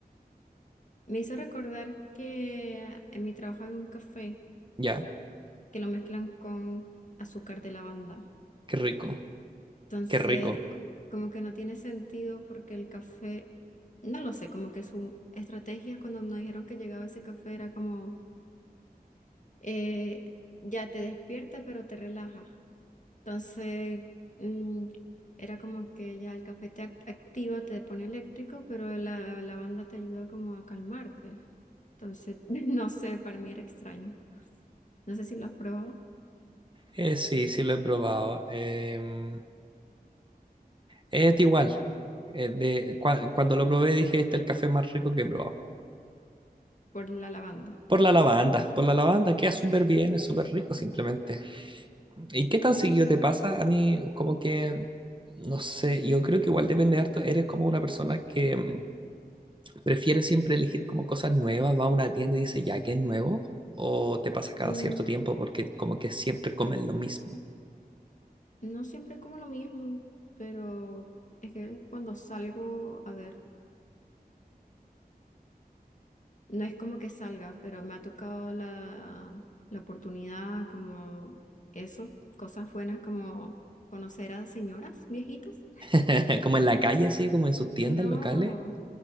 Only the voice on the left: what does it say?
Me hizo recordar que en mi trabajo había un café
que lo mezclan con azúcar de lavanda.
Entonces,
co- como que no tiene sentido porque el café, no lo sé, como que su estrategia cuando nos dijeron que llegaba ese café era como, eh, ya te despierta pero te relaja. Entonces, mm, era como que ya el café te ac- activa, te pone eléctrico, pero la lavanda te ayuda como a calmarte. Entonces, <laughs> no sé, para mí era extraño. No sé si lo has probado
por la lavanda.
Mm,
no siempre como lo mismo, pero es que cuando salgo, a ver, No es como que salga, pero me ha tocado la, la oportunidad, como eso, cosas buenas como conocer a señoras viejitas.
No,